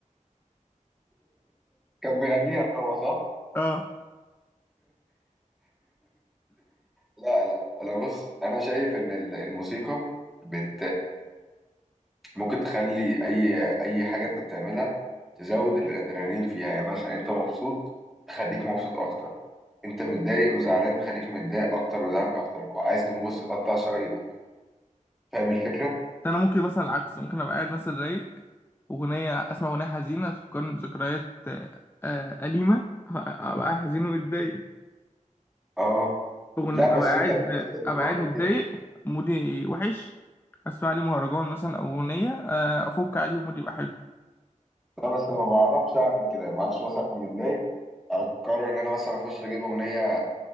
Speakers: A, in the centre; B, on the left (about 15°).
A: كان بيغنيها هو صح
B: اه
A: لا لا انا بص انا شايف ان ال- الموسيقى بت ممكن تخلي اي اي حاجه انت بتعملها تزود الادرينالين فيها يعني مثلا انت مبسوط تخليك مبسوط اكتر انت متضايق وزعلان تخليك متضايق اكتر وزعلان اكتر وعايز تقوم بص تقطع شرايينك فاهم الفكره
B: ده انا ممكن مثلا العكس ممكن ابقى قاعد مثلا رايق اغنيه اسمع اغنيه حزينه تفكرني بذكريات آه، آه، اليمه ابقى قاعد حزين ومتضايق
A: اه
B: أغن-
A: لا
B: ابقى
A: بس
B: قاعد
A: انت اللي انت اللي
B: ابقى
A: فقر
B: قاعد متضايق
A: كده
B: مودي وحش اسمع لي مهرجان مثلا او اغنيه آه، افك عليه ومودي يبقى حلو
A: لا بس انا ما بعرفش اعمل كده انا ما اعرفش مثلا اكون متضايق اقرر ان انا مثلا اخش اجيب اغنيه